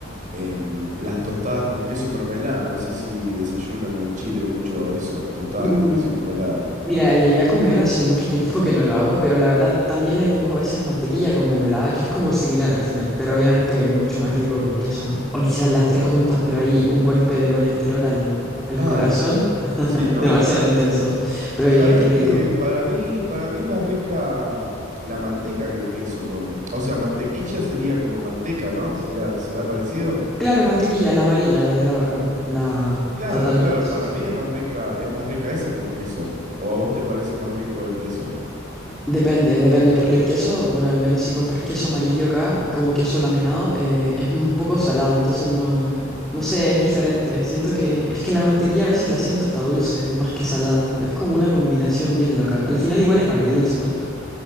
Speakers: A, on the right; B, in the centre.
A: em, las tostadas con queso y mermelada. No sé si desayunan en Chile mucho eso, tostadas
B: Mm,
A: con queso y mermelada.
B: Mira, llegué a comer hace mucho tiempo que no lo hago, pero la verdad también le pongo a veces mantequilla con mermelada, que es como similar al final, pero obviamente mucho más rico con queso, ¿no? O quizás las tres juntas, pero ahí un golpe de colesterol al, al
A: Ah,
B: corazón, <laughs>
A: sí, ¿no?
B: demasiado intenso, ¿no? Pero
A: Sabés
B: oye, qué
A: que
B: rico.
A: para mí, para mí es más rica mm, la manteca que el queso con, o sea, mantequilla sería como manteca, ¿no? ¿Sería, será parecido?
B: Claro, mantequilla, la amarilla, la de la vaca, ¿no? La
A: Claro,
B: total,
A: claro,
B: sí,
A: para
B: sí.
A: mí es más rica, es más rica esa que el queso. ¿O a vos te parece más rico el queso?
B: Depende, depende, porque el queso, bueno, al menos si compras queso amarillo acá, como queso laminado, eh, es un poco salado, entonces no, no sé, es diferente. Siento que es que la mantequilla a veces la siento hasta dulce, más que salada, ¿no? Es como una combinación bien loca. Al final igual es agridulce, ¿no?